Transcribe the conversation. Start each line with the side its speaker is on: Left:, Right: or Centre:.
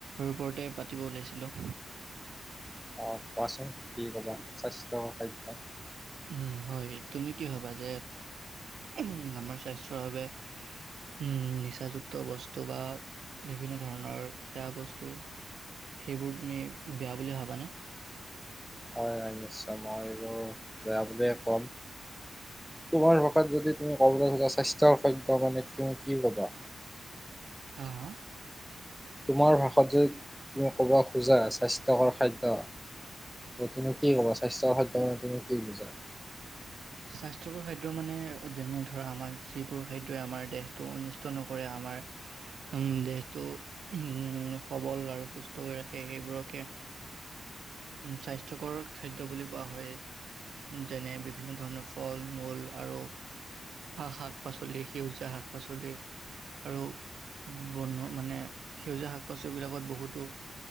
Right: ওপৰতে পাতিব ওলাইছিলো।
Centre: অ' কোৱাচোন কি কবা স্বাস্থ্যকৰ খাদ্য
Right: উম' হয়, তুমি কি ভবা যে উম আমাৰ স্বাস্থ্যৰ বাবে উম' নিচাযুক্ত বস্তু বা বিভিন্ন ধৰণৰ বেয়া বস্তু, সেইবোৰ তুমি বেয়া বুলি ভাবানে?
Centre: হয়-হয় নিশ্চয় মই এইবোৰ বেয়া বুলিয়ে কম, তোমাৰ ভাষাত যদি তুমি কবলৈ যোৱা স্বাস্থ্যৰ খাদ্য মানে তুমি কি কবা?
Right: হা-হা।
Centre: তোমাৰ ভাষত যদি তুমি ক'ব খোজা স্বাস্থ্যকৰ খাদ্য, তুমি কি ক'বা স্বাস্থ্যকৰ খাদ্য মানে তুমি কি বুজা?
Right: স্বাস্থ্যকৰ খাদ্য মানে যেনে ধৰা আমাক যিবোৰ খাদয়ই আমাৰ দেহটো অনিষ্ট নকৰে, আমাৰ উম দেহটো উম সবল আৰু সুস্থ কৰি ৰাখে, সেইবোৰকে স্বাস্থ্যকৰ খাদ্য বুলি কোৱা হয় যেনে বিভিন্ন ধৰণৰ ফল-মূল আৰু শাক-পাচলি, সেউজীয়া শাক-পাচলি আৰু বন মানে সেউজীয়া শাক-পাচলিবিলাকত বহুতো